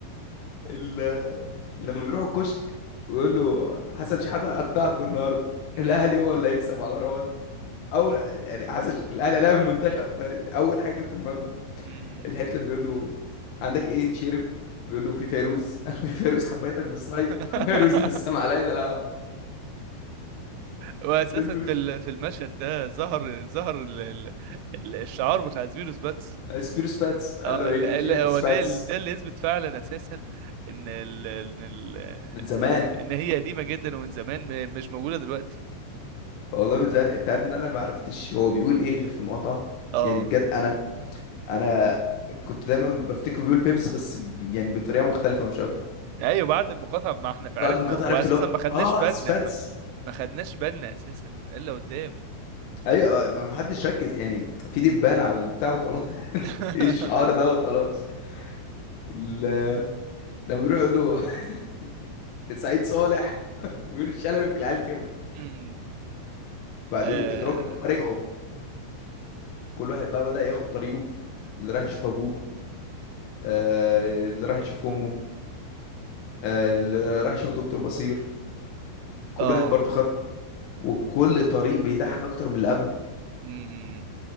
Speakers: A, on the left (about 80°); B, on the right (about 85°).
A: ال- لما بيروح الكشك ويقول له حسن شحاته قطعكوا النهارده
B: مم.
A: الاهلي هو اللي هيكسب على روان اول يعني حسن ش- الاهلي لعب المنتخب فاول حاجه جت في دماغهم
B: مم.
A: الهيتلر بيقول له عندك ايه تشرب بيقول له في فيروز <laughs> قال له في فيروز حبيتك بالصيف
B: <laughs>
A: <laughs> فيروز
B: <laughs>
A: نسم علينا لا
B: واساسا
A: فيلم
B: في
A: مش
B: ال- في المشهد ده ظهر ظهر ال- ال- ال- الشعار بتاع سبيروس باتس
A: آه، سبيرو سباتس قال
B: اه
A: له ايه
B: ال-
A: اللي
B: ال-
A: تشرب
B: هو
A: سباتس
B: ده ده اللي يثبت فعلا اساسا ان ال ان ال
A: من زمان
B: ان هي قديمه جدا ومن زمان م- مش موجوده دلوقتي
A: والله من زمان انت عارف ان انا ما عرفتش هو بيقول ايه غير في المقاطعه
B: اه
A: يعني بجد انا انا كنت دايما بفتكره بيقول بيبس بس ب- يعني بطريقه مختلفه مش اكتر
B: ايوه بعد المقاطعه ما احنا
A: بعد
B: عرفنا
A: ما المقاطعه
B: واساسا
A: عرفت اللي هو
B: ما خدناش
A: اه
B: بالنا
A: سباتس
B: ما, ما خدناش بالنا اساسا الا قدام
A: ايوه ما ما حدش ركز يعني في دبانه على البتاع وخلاص
B: <laughs>
A: ايه الشعار ده وخلاص ال- لما بيروح يقول له <laughs> سعيد صالح <laughs> ويونس شلبي في العيال كبرت
B: أمم.
A: بعدين
B: اه
A: ادراك ان هم رجعوا كل واحد بقى بدأ ياخد طريقه اللي راح يشوف ابوه آه، اللي راح يشوف امه آه، اللي راح يشوف دكتور بصير كل
B: آه.
A: واحد برضو خد وكل طريق بيضحك اكتر من اللي قبله
B: أمم.